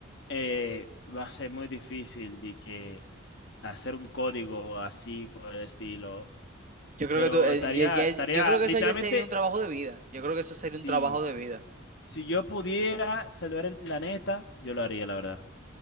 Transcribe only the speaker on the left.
eh, va a ser muy difícil de que hacer un código así por el estilo,
pero
estaría,
estaría,
literalmente,
si,
si yo pudiera salvar el planeta, yo lo haría, la verdad.